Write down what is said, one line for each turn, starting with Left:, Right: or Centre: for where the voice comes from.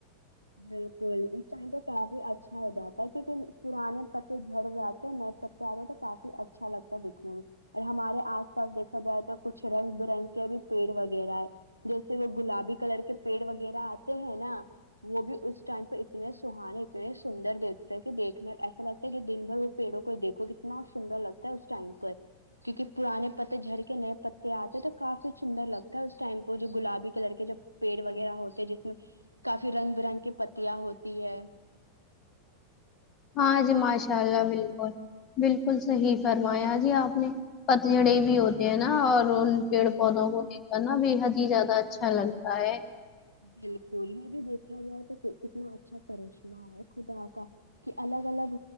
Right: بالکل اس ٹائم پر کافی اچھا ہو جاتا ہے کیونکہ پرانے پتے جھڑ جاتے ہیں نئے پ تے تو کافی اچھا لگتا ہے دیکنے میں اور ہمارے آس پاس دیکھا جائے تو کچھ رنگ برنگ کے بی پیڑ وغیرہ ہے جیسے وہ گلابی کلر کے پیڑ وغیرہ آتے ہیں نا وہ بھی اس ٹائم پہ اتنے سہان اتنے سندر دیکھتے کہ دیکھنے ایسا لگتا کہ دن بھر وہ پیڑوں کو دیکھو کتنا سندر لگتا ہے اس ٹائم پر کیونکہ پرانے پتے جھڑ کے نئے پتے آتے ہیں تو کافی سندر لگتا ہے اس ٹائم پہ جو گلابی کلر کے جب پیڑ وغیرہ ہوتے جس میں پھر رنگ برنگ کی پتیاں ہوتی ہے
Left: ہاں جی ماشاء اللہ بالکل بالکل صحیح فرمایا جی آپ نے پتجھڑے بھی ہوتے ہیں نا اور ان پیڑ پودوں کو بھی نا بےحد ہی زیادہ اچھا لگتا ہے
Right: بالکل یہ بھی دیکھا جائے تو کتنا اچھا کرشمہ ہے خدا کا کہ الگ الگ